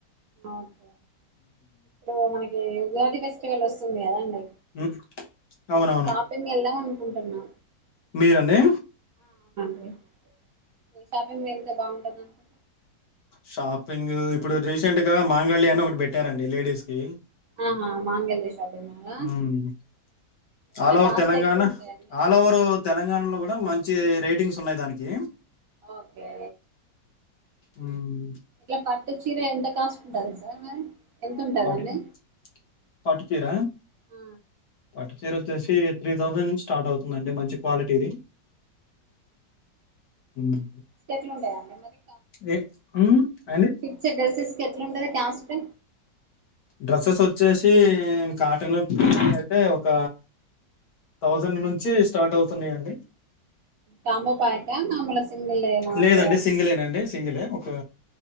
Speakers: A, on the right (about 65°); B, on the left (about 60°).
A: ఓకే ఇప్పుడు మనకి ఉగాది ఫెస్టివల్ వస్తుంది కదాండి
B: హ్మ్. అవునవును.
A: షాపింగ్ వెళ్దాం అనుకుంటున్నా
B: మీరండి
A: ఏ షాప్ కి వెళ్తే బావుంటది అంటారు
B: షాపింగ్ ఇప్పుడు రీసెంట్ గా మాంగళ్య అని ఒకటి పెట్టారండి లేడీస్ కి
A: ఆహా మాంగళ్య షాపింగ్ మాల్ ఆ
B: హ్మ్.
A: ఎట్లా
B: ఆల్ ఓవర్
A: కాస్ట్
B: తెలంగాణ
A: ఎక్కువ ఉంటాయండి
B: ఆల్ ఓవర్ తెలంగాణలో కూడా మంచి రేటింగ్స్ ఉన్నాయి దానికి
A: ఓకే
B: మ్మ్
A: ఇట్లా పట్టు చీర ఎంత కాస్ట్ ఉంటది సార్ మరి ఎంత ఉంటదండి
B: పట్టు పట్టు చీర
A: ఆ
B: పాటు చీర వచ్చేసి త్రీ థౌజండ్ నుంచి స్టార్ట్ అవుతుందండి మంచి క్వాలిటీది మ్మ్.
A: టెట్లుండయా ఆ మరి
B: ఏ- మ్మ్. అండ్
A: కిచ్చె డసస్ కెట్లుంటుందడ టాస్కు
B: డ్రస్సెస్ వచ్చేసి కాటన్ అయితే ఒక థౌజండ్ నుంచి స్టార్ట్ అవుతున్నయండి
A: కాంబో ప్యాకా మామూలు సింగిల్ ఏనా వస్తదా
B: లేదండి సింగిలేనండి సింగిలే ఒక